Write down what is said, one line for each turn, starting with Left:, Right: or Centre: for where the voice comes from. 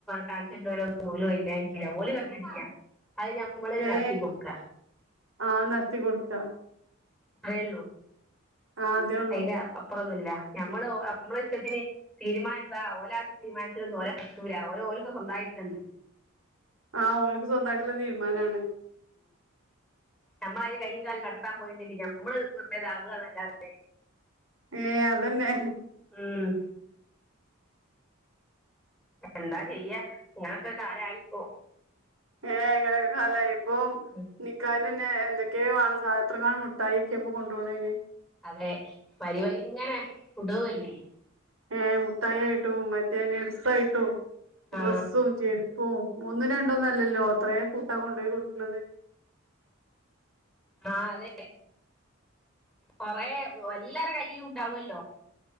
Centre: കാണവരന്നുംല ഇല്ലില്ലഓല ിക്ക അത് ഞമ്മൾ
Right: ഏ
Centre: നടത്തി കൊൊടുക്ക
Right: ആ നടത്തി കൊടുക്ക
Centre: അത്രയേ ഉള്ളൂ
Right: ആ അതേ ഉള്ളൂ
Centre: അയിന്റെപ്പുറംന്നുമല്ല ഞാൻ നമ്മള് നമ്മള ഇഷ്ടത്തിന് തീരുമാനത്താ ഓല തീരുമാനിച്ചന്നും ഓല കിട്ടൂല ഓർക്കൊക്കെ സ്വന്തമായിട്ട് ഓ <inaudible>
Right: ആഹ ഓനിക്ക് സ്വന്തമായിട്ടുള്ള തീരുമാനാണ്
Centre: നമ്മള അതിന് കയ്യും കാലം കടത്താൻ പോയിണ്ടെങ്കിൽ നമ്മള് ഇടങ്ങേറാവു എന്നല്ലാതെ
Right: ഏ അതന്നെ
Centre: ആഹ എന്താ ചെയ്യ നിങ്ങളൊക്കെ ഒരു കാലയിപ്പോ
Right: ഏഹ ഇങ്ങനെയുള്ള ഒരു കാലം ആയി ഇപ്പൊ
Centre: ഉം.
Right: നിക്കാഹിന് പിന്ന എന്തൊക്കെയോ വേണം എത്ര കാല മുട്ടായി ഒക്കെപ്പോ കൊണ്ടുപോകുന്ന ഇന്ന്
Centre: അതെ വരി വരി ഇങ്ങനെ കൊണ്ടുപോവല്ലേ
Right: ഏ മുട്ടായി ആയിട്ടും പിന്നെ മറ്റ് ഡ്രസ്സ് ആയിട്ടും
Centre: ആ
Right: ഡ്രസ്സും ചെരുപ്പവും ഒന്നും രണ്ടോന്നും അല്ലല്ലോ അത്രയ കൂട്ടാ കൊണ്ടുപോയി കൊടുക്കുന്നത്
Centre: ആഹ അതെ കൊറ എല്ലാരും കയ് ഉണ്ടാവല്ലോ